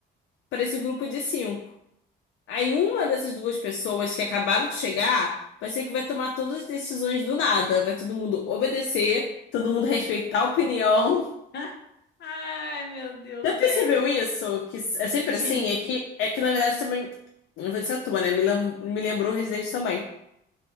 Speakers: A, on the left; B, on the left.
A: para esse grupo de cinco. Aí uma dessas duas pessoas que acabaram de chegar vai ser que vai tomar todas as decisões do nada. Vai todo mundo obedecer, todo mundo respeitar a opinião.
B: Ah, Ai, meu
A: <laughs>
B: Deus,
A: Já percebeu
B: é.
A: isso? Que é sempre
B: Sim,
A: assim? É que, é que na verdade também. Não vou dizer a tua, né? Me lem- me lembrou Resident também.